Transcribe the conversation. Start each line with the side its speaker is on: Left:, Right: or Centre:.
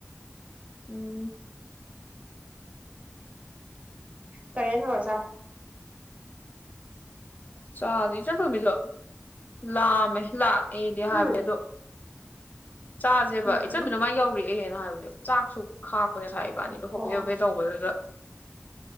Left: ꯎꯝ
Right: ꯀꯔꯤꯦꯅ ꯍꯧꯔꯁ
Left: ꯆ ꯏ ꯆ ꯊꯣꯃꯤꯁꯨ ꯂ ꯃꯂꯥ ꯑꯩꯗꯤ
Right: ꯍꯨꯝ
Left: ꯍꯥꯏꯕ ꯑꯗꯣ ꯆꯥꯁꯦꯕ
Right: ꯎꯝ
Left: ꯏꯆꯝ ꯃꯤꯅꯃꯥꯏ ꯌꯧꯔꯤ ꯦꯅ ꯍꯥꯏꯕꯅꯦꯕ ꯆꯥꯛꯁꯨ ꯈꯥꯛꯄꯅꯦ ꯏꯕꯥꯅꯤꯗꯣ ꯍꯣꯕꯦ
Right: ꯑꯣ
Left: ꯍꯣꯕꯦ ꯇꯧꯕꯗꯨꯗ